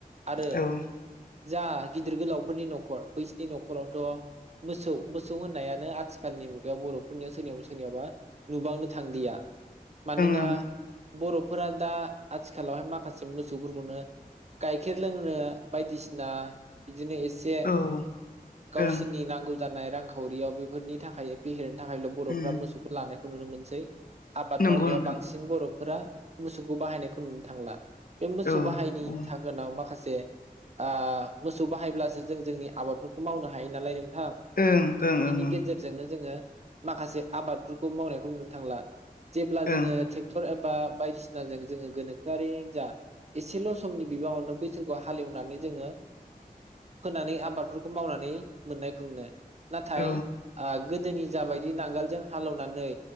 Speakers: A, on the right; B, on the left.
A: आरो।
B: औ ओं
A: जा गिदिर गोलावफोरनि न'खर बैस थि नखरथ'। मोसौ मोसौ होननायान नाय आथिखालनि मुगायाव बर'फोरनियाव सोरनियावबा सोरनियावबा नुबांनो थांलिया। मानोना।
B: ओं
A: बर'फोरा दा आथिखालावहाय माख खासे मोसौफोरखौनो। गाइखेर लोंनो बायदिसिना बि जिनो एसे।
B: औ
A: गावसिोरनि
B: ओं
A: नांगौ। जानाय रांखावरियाव बेफोरनि थाखाय फेहेर थाखायल' बर'फ्रा
B: उम
A: मोसौखौ लानायख नुनो मोनसै। आबाद
B: नंगौ
A: मावनायाव
B: नोंथां
A: बांसिन बरफ फोरा मोसौखौ बाहायनायखौ नुनो थांला। बे मोसौ
B: औ
A: बाहायनि
B: उम
A: थाखोना माखासे, आ मोसौ बाहायब्लासो जों जोंनिआ आबवफो मावनो हायो नालाय नों। थां
B: ओं ओं
A: बिनि गेजेरजोंनो जोङो। माखासे आबादफोरखौ मावनायखौ नुनो थांला। जेब्ला जोङो
B: ओं
A: ट्रेक्टर। बा बायदिसिना जों जोङो गोनोखोआरि जा। एसेल' समनि बिबाङावनो बैसोरखौ हालेवनानै जोङो फोनानै आबाद मावनानै मोननायखौनो, नाथाय
B: औ
A: अ गोदोनि जाबायदि नांगोलजों हालेवनानै